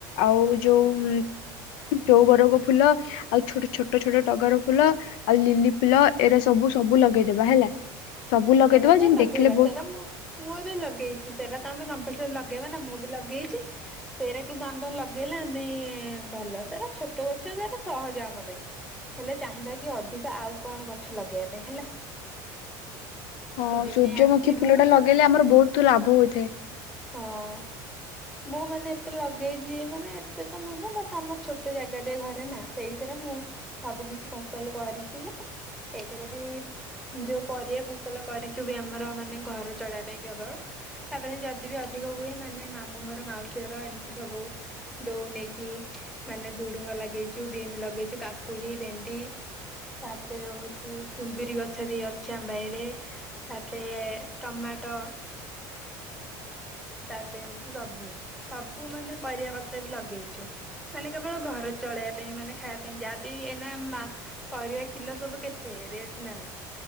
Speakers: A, on the left; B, in the centre.
A: ଆଉ ଯୋଉ ଚୋଉବରକ ଫୁଲ। ଆଉ ଛୋଟ ଛୋଟ ଛୋଟ ଟଗର ଫୁଲ ଆଉ ଲିଲି ଫୁଲ ଏରା ସବୁ ସବୁ ଲଗେଇଦବା ହେଲା। ସବୁ ଲଗେଇଦବା
B: ସେରା ତ
A: ଯେମିତି
B: ଲଗେଇବା
A: ଦେଖିଲେ ବହୁତ
B: ସେରା ମୁଁ ପୁଅ ବି ଲଗେଇଚି ସେରା ତ ଆମେ କମ୍ପଲ୍ ସରି ଲଗେଇବା ନା ମୁଁ ବି ଲଗେଇଛି। ସେଇରା କିନ୍ତୁ ଆମେ ଲଗେଇଲେ ଆମେ ଭଲ ସେରା ଛୋଟ ଗଛ ସେରା ସହଜ ଆମ ପାଇଁ। ହେଲେ ଚାହିଁବା କି ଅଧିକ ଆଉ କଣ ଗଛ ଲଗେଇବା ପାଇଁ ହେଲା।
A: ହଁ
B: ତୁ ଦିନେ
A: ସୂର୍ଯ୍ୟମୁଖୀ
B: ଆସିବୁ
A: ଫୁଲ ଟା ଲଗେଇଲେ ଆମର୍ ବୋହୁତ୍ ଲାଭ ହୋଇଥାଏ।
B: ହଁ। ମୁଁ ମାନେ ଏତେ ଲଗେଇଚି ମାନେ ଏତେ ତ ନୁହେଁ ବାସ୍ ଆମର୍ ଛୋଟ ଜାଗା ଟେ ଘରେ ନା? ସେଇଥିରେ ମୁଁ ସବୁ କିଛି ଫସଲ୍ କରିଚି ଯେ ଏକେ ରେ ବି ଯୋଉ ପରିବା ଫ ଫସଲ କରିଚୁ ବି ଆମର ମାନେ ଘର ଚଳେଇବା ପାଇଁ କେବଳ ତାପରେ ଯଦି ବି ଅଧିକ ହୁଏ ମାନେ ମାମୁଁ ଘର ମାଉସୀ ଘର ଏମିତି ସବୁ ଦୋଉ ନେଇେକି ମାନେ ଧୁଡୁଙ୍ଗ ଲଗେଇଚୁ, ବିମ୍ ଲଗେଇଚୁ, କାକୁଡ଼ି, ଭେଣ୍ଡି। ତାପରେ ହୋଉଚି କୁନ୍ଦୁରି ଗଛ ବି ଅଛି ଆମ ବାଇରେ। ତାପରେ ଟମାଟ ତାପରେ ଏମିତି ସବୁ ସବୁ ମାନେ ପରିବା ପତ୍ର ବି ଲଗେଇଚୁ। ମାନେ କେବଳ ଘର ଚଳେଇବା ପାଇଁ ମାନେ ଖାଇବା ପାଇଁ ଯାହାବି ଏଇନା ମା ପରିବା କିଲ ସବୁ କେତେ ରେଟ୍ ନା ନାହିଁ?